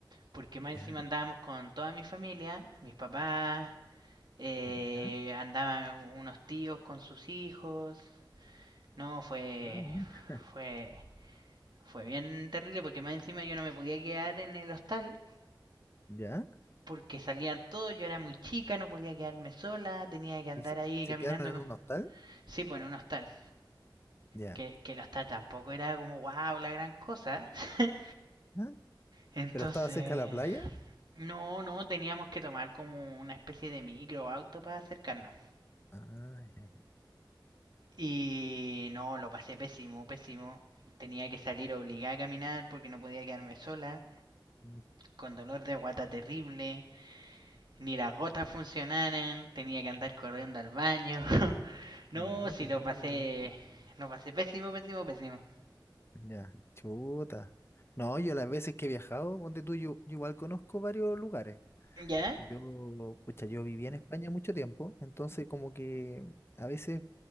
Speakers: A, on the right; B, on the left.
A: porque más
B: Ya,
A: encima andábamos con toda mi familia, mis papás, eh,
B: ya,
A: andaban unos tíos con sus hijos. No, fue,
B: ah, mira,
A: fue, fue bien terrible porque más encima yo no me podía quedar en el hostal
B: ya.
A: porque salían todos, yo era muy chica, no podía quedarme sola, tenía que andar
B: ¿Y se,
A: ahí
B: se
A: caminando.
B: quedaron en
A: con-
B: un hostal?
A: Sí, bueno, un hostal,
B: Ya.
A: que, que el hostal tampoco era como wow, la gran cosa. <laughs>
B: Ah,
A: Entonces,
B: ¿Pero estaba cerca de la playa?
A: No, no, teníamos que tomar como una especie de micro o auto para acercarnos.
B: Ah, ya, ya.
A: Y no, lo pasé pésimo, pésimo. Tenía que salir obligada a caminar porque no podía quedarme sola,
B: Mm,
A: con dolor de guata terrible, ni las gotas funcionaran, tenía que andar corriendo al baño. <laughs> No,
B: No
A: sí
B: te
A: lo
B: puedo
A: pasé,
B: creer.
A: lo pasé pésimo, pésimo, pésimo.
B: Ya, chuta. No, yo las veces que he viajado, ponte tú, yo, yo igual conozco varios lugares.
A: ¿Ya?
B: Yo, pucha, yo viví en España mucho tiempo, entonces como que a veces